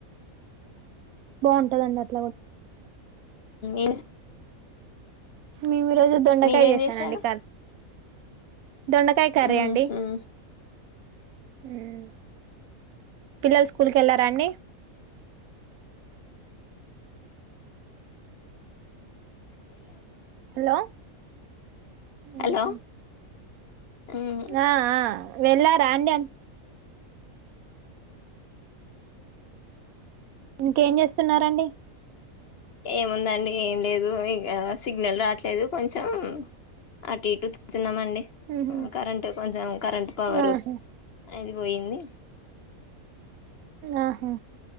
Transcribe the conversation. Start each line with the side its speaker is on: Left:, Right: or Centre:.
Right: బాగుంటందండి అట్లా కూడా కరీసు
Left: ఇను
Right: మేము ఈ రోజు దొండకాయ
Left: మీరేం
Right: చేసానండి
Left: చేశారు
Right: కారీ. దొండకాయ కరండి
Left: మ్మ్హ్
Right: మ్ పిల్లలు స్కూల్కి వెళ్ళారా అండి
Left: ఎలా అండి
Right: హ మ్
Left: హలో
Right: హా
Left: మ్మ్,
Right: ఆ ఆ వెళ్ళ రా అండి అంటున్నా ఇంకేం చేస్తున్నారు అండి
Left: ఏముందండి ఏం లేదు ఇ సిగ్నల్ రాట్లేదు కొంచెం అటు ఇటు తిస్తున్నామ అండి
Right: ఉహు
Left: కరెంట్ కొంచెం కరెంట్ పవరు
Right: ఆహా
Left: అది పోయింది
Right: ఆహా